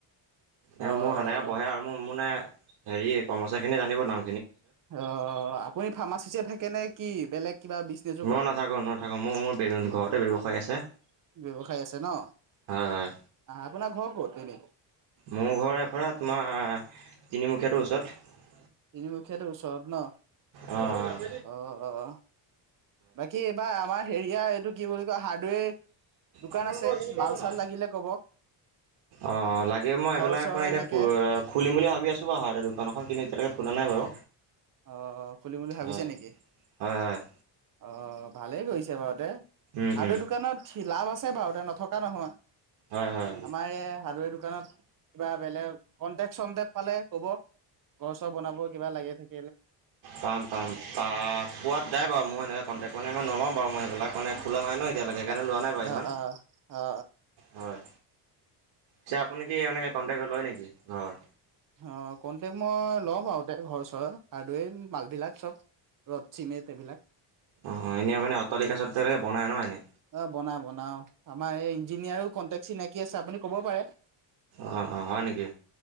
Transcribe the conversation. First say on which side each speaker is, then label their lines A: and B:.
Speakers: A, on the right; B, on the right.
A: এ
B: অ'
A: মোৰ সেনেকে বহে আৰু মোৰ-মোৰ মানে হেৰি কৰ্মচাৰী খিনিয়ে জানিব দাম।
B: অ' আপুনি ফাৰ্মাচিছে থাকে নে কি বেলেগ কিবা বিজনেছো
A: মই
B: কৰে?
A: নাথাকো নাথাকো মই মোৰ ঘৰতে ব ব্যয়ৱসায় আছে।
B: ব্যৱসায় আছে ন,
A: হয় হয়
B: আপোনাৰ ঘৰ ক'ত?
A: মোৰ ঘৰৰ পৰা তোমাৰ তিনিমুখীয়াটোৰ ওচৰত।
B: তিনিমুখীয়াত ওচৰত ন'
A: অঁ হয়
B: অ-অ, বাকী এইবাৰ আমাৰ হেৰিয়াৰ এইটো কি বুলি কয় হাৰ্ডৱেৰ। দোকান
A: আপোনালোকৰ
B: আছে,
A: এইখিনি কাৰো
B: মাল
A: নাই?
B: চাল লাগিলে ক'ব
A: অ' লাগে মই
B: ঘৰ
A: এইবিলাক
B: চৰ
A: মানে এতিয়া
B: এনেকে
A: খুলিম বুলি ভাবি আছোঁ বা অহ দোকান এখন কিন্তু এতিয়ালৈকে খোল নাই বাৰু।
B: অ' খুলিম বুলি ভাবিছে
A: হয়
B: নেকি
A: হয় হয়
B: অ' ভালেই কৰিছে বাৰু দে।
A: উম
B: হাৰ্ডৱেৰ
A: উম
B: দোকানত সি লাভ আছে বাৰু নথকা নহয়
A: হয় হয়
B: আমাৰ এই হাৰ্ডেৰ দোকান। ত কিবা বেলেগ কনটেক-ছন্তেক পালে কব ঘৰ চৰ বনাব কিবা লাগ থাকি
A: পাম-পাম পা পোৱাত যাই বাৰু মই এনেে কন্টেক্ট মানে মই নলওঁ বাৰু মই। সেইবিলাক মানে খোলা নাই ন এতিয়ালৈকে সেইকাৰণে লোৱা নাই বাৰু ইমান
B: অ অ অ
A: হয়। যে আপুনি কি মানে কণ্টেকত লয় নেকি ঘৰ?
B: অ', কণ্টেক্ট মই লও বাৰু তে ঘৰ চৰৰ, <unintelligible> মালবিলাক চব ৰদ চিমেট এইবিলাক।
A: অ' এনে মানে অটালিকা-চতালিকা বনাই ন এনে।
B: অ' বনাও-বনাও আমাৰ এই ইঞ্জিনিয়াৰো কণ্টেক্ চিনাকি আছে আপুনি ক'ব পাৰে।
A: অ-অ, হয় নেকি